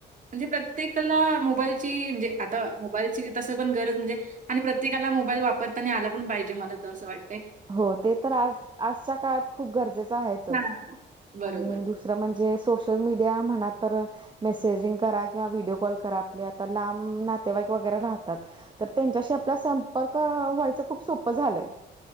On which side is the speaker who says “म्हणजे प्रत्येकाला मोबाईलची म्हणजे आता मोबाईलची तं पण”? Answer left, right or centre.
Right